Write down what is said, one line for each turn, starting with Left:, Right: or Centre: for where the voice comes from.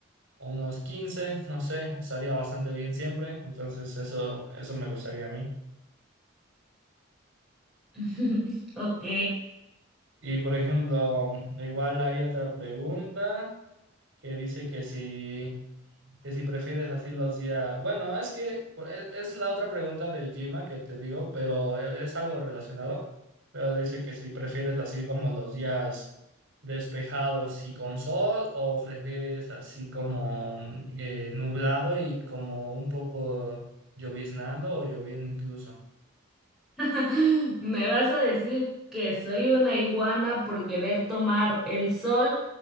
Right: Unos quince no sé, estaría bastante bien siempre, entonces eso, eso me gustaría a mí.
Centre: <laughs> Ok.
Right: Y por ejemplo, igual hay otra pregunta que dice que si, que si prefieres así los días. Bueno, es que por- es, es la otra pregunta del clima que te digo, pero e, es algo relacionado. Pero dice que si prefieres así como los días despejados y con sol, o prefieres así como mm, eh, nublado y como un poco lloviznando o lloviendo incluso.
Centre: <laughs> ¿Me vas a decir que soy una iguana por querer tomar el sol?